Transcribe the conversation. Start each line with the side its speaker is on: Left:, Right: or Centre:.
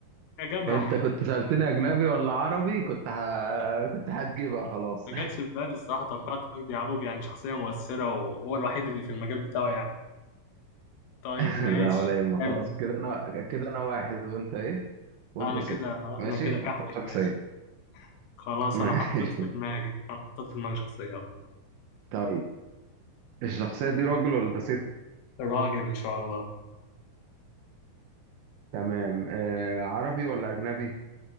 Left: يا جدع
Right: انت كنت سألتني اجنبي ولا عربي كنت ه... كنت هتجيبها خلاص
Left: ما جاتش في بالي الصراحة توقعت مجدي يعقوب يعني شخصية مؤثرة وهو الوحيد اللي في المجال بتاعه يعني طيب
Right: <laughs>
Left: ماشي
Right: لا ولا يهمك
Left: حلو
Right: خلاص كده انا كده انا واحد وانت ايه وانت
Left: أنا
Right: صفر
Left: كده
Right: ماشي
Left: أنا كده كحك
Right: اختار شخصية
Left: ماشي خلاص
Right: <laughs> ماشي
Left: أنا حطيت في دماغي أنا حطيت في دماغي شخصية أهو.
Right: طيب الشخصية دي راجل ولا ست
Left: راجل إن شاء الله
Right: تمام آه عربي ولا اجنبي